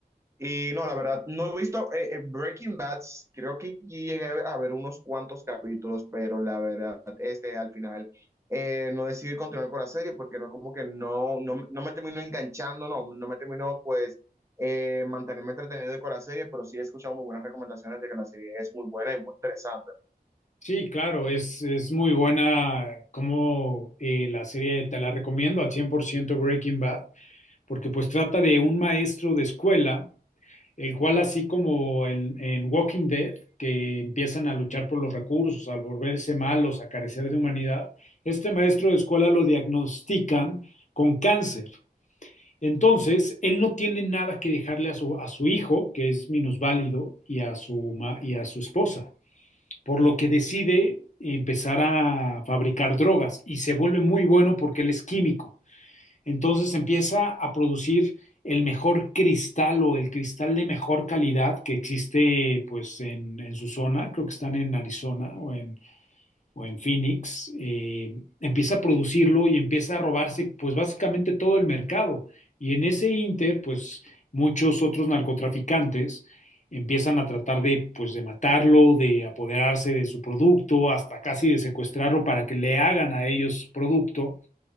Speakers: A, on the right; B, on the left.
A: Y no, la verdad, no he visto eh, eh, Breaking Bad, creo que sí llegué a ver unos cuantos capítulos, pero la verdad, este al final eh, no decidí continuar con la serie porque no, como que no, no, no me terminó enganchando, no, no me terminó pues eh, mantenerme entretenido con la serie, pero sí he escuchado muy buenas recomendaciones de que la serie es muy buena y muy interesante.
B: Sí, claro, es, es muy buena como eh, la serie, te la recomiendo al 100% Breaking Bad, porque pues trata de un maestro de escuela, el cual así como en, en Walking Dead, que empiezan a luchar por los recursos, al volverse malos, a carecer de humanidad, este maestro de escuela lo diagnostican con cáncer Entonces, él no tiene nada que dejarle a su, a su hijo, que es minusválido, y a su, ma- y a su esposa, por lo que decide empezar a fabricar drogas y se vuelve muy bueno porque él es químico. Entonces empieza a producir el mejor cristal o el cristal de mejor calidad que existe pues en, en su zona, creo que están en Arizona o en, o en Phoenix, eh, empieza a producirlo y empieza a robarse pues básicamente todo el mercado. Y en ese inter, pues muchos otros narcotraficantes empiezan a tratar de pues de matarlo, de apoderarse de su producto, hasta casi de secuestrarlo para que le hagan a ellos su producto.